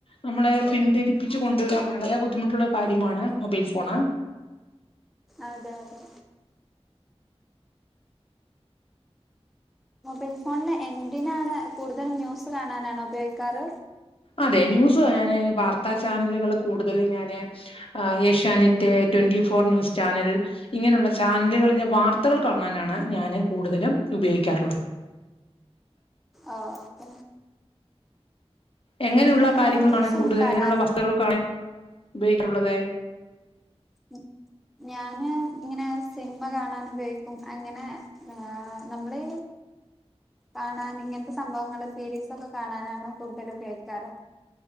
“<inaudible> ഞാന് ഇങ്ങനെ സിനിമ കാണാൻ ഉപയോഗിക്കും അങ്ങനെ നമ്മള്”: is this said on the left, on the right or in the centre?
Centre